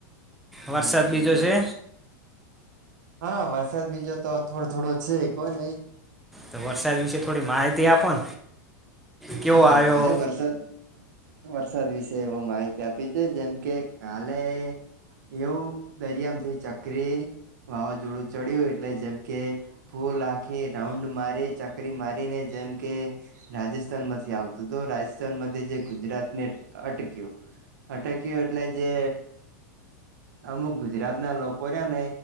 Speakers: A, in the centre; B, on the right (about 75°).
A: વરસાદ
B: હમ
A: બીજો છે?
B: હા વરસાદ બીજો તો થોડો થોડો છે કો ને
A: તો વરસાદ વિશે થોડી માહિતી આપો કેવો
B: હા
A: આવ્યો
B: મારે વરસાદ વરસાદ વિશે એવ માહિતી આપી છે, જેમ કે કાલે એવું દરિયામ થી ચકરી વાવાઝોડું ચડ્યું એટલે જેમ કે ફો લાખી રાઉન્ડ મારી ચકરી મારીને જેમ કે રાજસ સ્થાન માંથી આવતું તો રાજસ્થાન માંથી જે ગુજરાત ને અ અટક્યો અટક્યું એટલે જે અમુક ગુજરાત ના લોકો રહ્યા ને